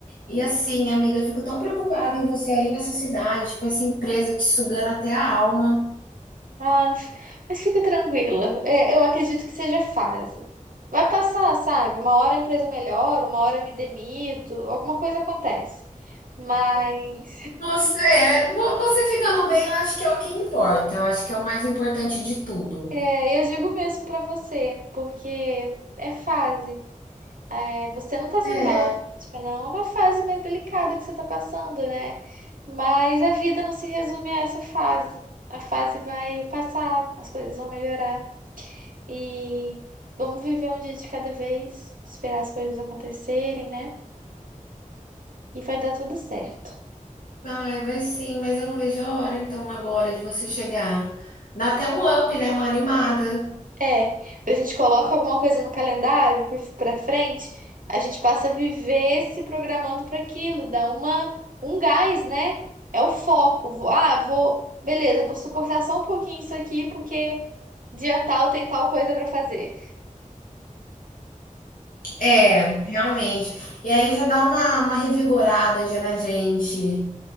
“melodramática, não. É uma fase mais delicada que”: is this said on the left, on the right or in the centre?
Right